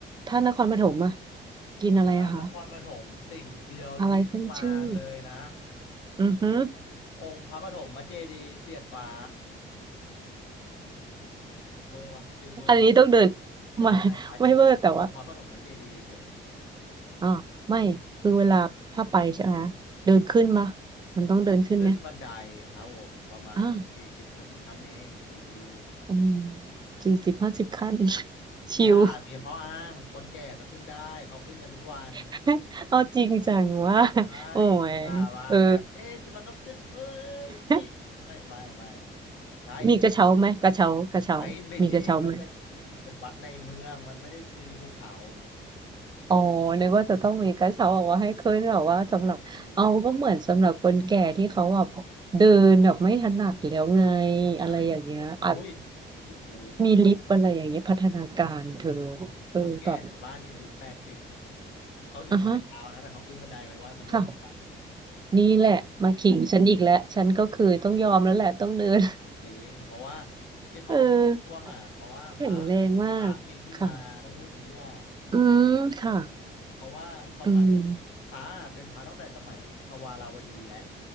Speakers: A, on the right; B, on the left.
A: ท่านนครปฐมอ่ะกินอะไรอะคะ
B: ถ้านครปฐมสิ่งเดียวที่พี่ต้องมาเลยนะ
A: อะไรขึ้นชื่ออือฮึอ
B: องค์พระปฐมเจดีย์เสียดฟ้าเวอร์ป่ะชื่อเวอร์ป่ะ
A: อันนี้ต้องเดิน
B: ไม่ไม่อันนี้คือชื่อองค์พระปฐมเจดีย์เฉย
A: มา <laughs> ไม่เวอร์แต่ว่า อ่าไม่คือเวลาถ้าไปใช่ไหมเดินขึ้นมา
B: ๆนะ
A: มันต้องเดินขึ้นไหม
B: ขึ้นบันไดครับผมประมาณสี่สิบห้าสิบขั้นเองชิว
A: อ่าอืมสี่สิบห้าสิบขั้น <laughs>
B: ๆอย่ามีข้ออ้างคนแก่ก็ขึ้นได้เขาขึ้นกันทุกวัน
A: ชิว <laughs> เอาจริงจังว่า
B: ใช่
A: โอ้ย
B: อย่ามาแบบเอ๊ะมันต้องขึ้นเป้ยพี่ไม่
A: เออ <laughs>
B: ไม่ไม่ใช่จริงๆมัน
A: มีกระเช้าไหมกระเช้ากระเช้ามีกระเช้าไหม
B: ไม่มีมันเป็นมันเป็นวัดในเมืองมันไม่ได้มีภูเขา
A: อ๋อนึกว่าจะต้องมีกระเช้าเอาไว่าให้ขึ้นหรอว่าสำหรับเอาก็เหมือนสำหรับคนแก่ที่เขาแบบเดินแบบไม่ถนัดแล้วไง
B: ไม่มีไม่มีไม่ทุกคนอุ้ย
A: อะไรอย่างเงี้ยอาจ
B: โอ้โห
A: มีลิฟต์อะไรอย่างเงี้ยพัฒนาการเธอ
B: ไม่มีคนแก่แถวบ้านนี่มาอายุแปดสิบ
A: เออแบบ
B: เขาถือไม้เท้านะแต่เขาขึ้นบันไดไปไหว้พระร่วงทุกวัน
A: อ่ะฮะ ค่ะนี่แหละมาขิงฉันอีกแล้วฉันก็คือต้องยอมแล้วแหละต้องเดิน
B: จริงเพราะว่าที่เขามาพ่วงอ่ะเพราะว่าพระ
A: <laughs> เออแข็งแรงมากค่ะ
B: พระมีที่มาต้องพูดอย่างนี้ด้วย
A: อืมค่ะ
B: เพราะว่าทำไม
A: อืม
B: พระอะเป็นพระตั้งแต่สมัยทวาราวดีแล้ว